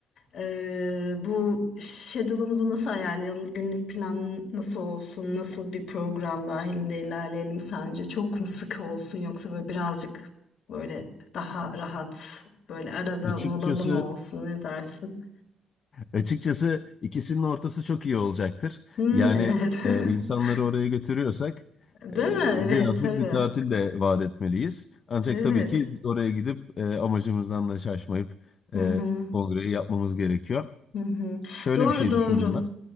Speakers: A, on the left; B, on the left.
A: eee, bu schedule'ımızı nasıl ayarlayalım? Günlük plan nasıl olsun? Nasıl bir program dahilinde ilerleyelim sence? Çok mu sıkı olsun yoksa böyle birazcık böyle daha rahat, böyle arada
B: Açıkçası
A: molalı mı olsun? Ne dersin?
B: Açıkçası ikisinin ortası çok iyi olacaktır.
A: Hmm,
B: Yani
A: evet. <laughs>
B: e, insanları oraya götürüyorsak
A: Değil
B: e,
A: mi? Evet,
B: birazcık
A: tabii.
B: bir tatil de vaat etmeliyiz. Ancak
A: Evet.
B: tabii ki oraya gidip e, amacımızdan da şaşmayıp
A: Hı
B: e,
A: hı,
B: kongreyi yapmamız gerekiyor.
A: hı hı.
B: Şöyle
A: Doğru,
B: bir şey
A: doğru.
B: düşündüm ben.